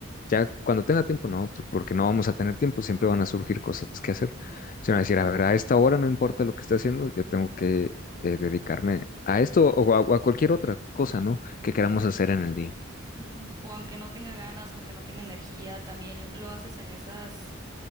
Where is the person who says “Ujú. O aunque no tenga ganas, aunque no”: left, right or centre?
Right